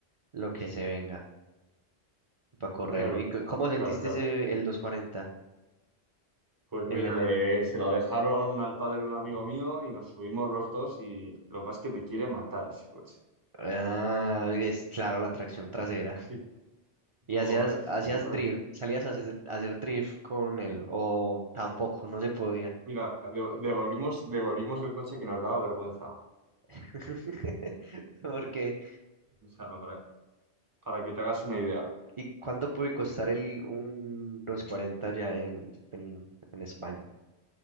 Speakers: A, on the right; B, on the right.
A: lo que se venga para correrlo.
B: Claro,
A: ¿Y c- cómo sentiste
B: claro, claro.
A: ese, el 240?
B: Pues
A: El
B: mira,
A: M2.
B: eh, se lo dejaron al padre de un amigo mío y nos subimos los dos y lo que pasa es que te quiere matar ese coche.
A: Ah, es claro, la tracción trasera.
B: Sí. Joder,
A: Y hacías,
B: estoy
A: hacías
B: tan-
A: drift, salías a hacer, a hacer drift con él, o tampoco, no se podía.
B: Mira, de- devolvimos, devolvimos el coche que nos daba vergüenza.
A: <laughs> Porque,
B: O sea, para, para que te hagas una idea.
A: ¿y cuánto puede costar el, un dos cuarenta ya en, en, en España?